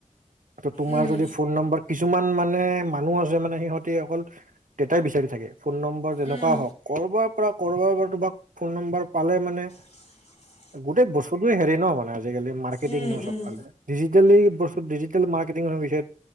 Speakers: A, on the right (about 80°); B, on the left (about 50°).
A: ত তোমাৰ
B: উম
A: যদি ফোন নম্বৰ কিছুমান মানে মানুহ আছে মানে সিহঁতে অকল ডেটাই বিচাৰি থাকে ফোন নম্বৰ যেনেকুৱা
B: উম
A: হওঁক কৰবাৰ পৰা কৰবাৰ পৰা তোমাক ফোন নম্বৰ পালে মানে
B: <inaudible>
A: গোটেই বস্তুটোৱে হেৰি ন মানে আজিকালি মাৰ্কেটিং
B: উম
A: ন
B: উম
A: চব। ডিজিটেলি বস্তু ডিজিটেল মাৰ্কেটিং হৈ গৈছে।